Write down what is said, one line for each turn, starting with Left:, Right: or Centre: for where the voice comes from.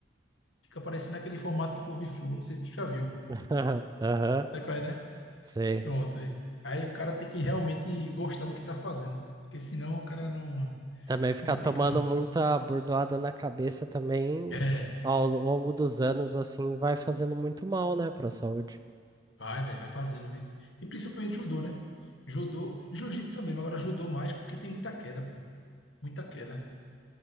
Left: Fica parecendo aquele formato de couve-flor, não sei se tu já viu.
Right: <laughs> Aham,
Left: Sabe qual é, né?
Right: sei.
Left: Pronto, aí. Aí o cara tem que realmente gostar do que tá fazendo, porque senão o cara não,
Right: Também ficar
Left: não fica,
Right: tomando
Left: não.
Right: muita bordoada na cabeça também,
Left: É.
Right: ao longo dos anos, assim, vai fazendo muito mal, né, pra saúde.
Left: Vai, velho, vai fazendo, viu? E principalmente judô, né? Judô, jiu-jitsu também, mas agora judô mais porque tem muita queda, pô. Muita queda.